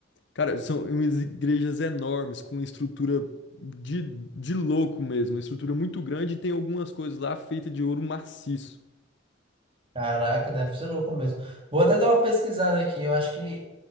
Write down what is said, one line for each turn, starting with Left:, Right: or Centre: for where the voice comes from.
Left: Cara, são umas igrejas enormes, com estrutura de, de louco mesmo, uma estrutura muito grande e tem algumas coisas lá feitas de ouro maciço.
Right: Caraca, deve ser louco mesmo. Vou até dar uma pesquisada aqui. Eu acho que